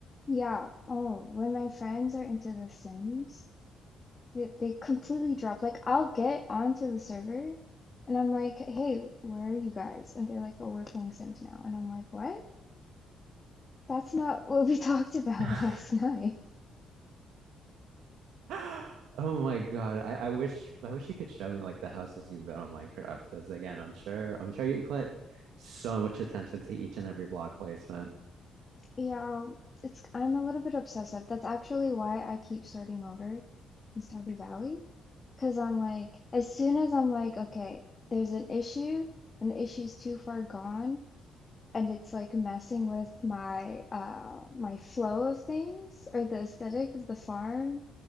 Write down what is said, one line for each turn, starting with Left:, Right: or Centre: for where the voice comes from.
Left: Yeah. Oh, when my friends are into The Sims. they, they completely drop. Like, I'll get onto the server and I'm like, hey, where are you guys? And they're like, oh, we're playing Sims now. And I'm like, what? That's not <laughs> what we talked about
Right: <laughs>
Left: <laughs> last night.
Right: Oh my God. I, I wish I wish you could show me like the houses you've built on Minecraft. Because again, I'm sure I'm sure you put so much attention to each and every block placement.
Left: Yeah, it's, I'm a little bit obsessive. That's actually why I keep starting over in Stardew Valley. Because I'm like, as soon as I'm like, okay, there's an issue and the issue's too far gone. and it's like messing with my uh my flow of things or the aesthetic of the farm,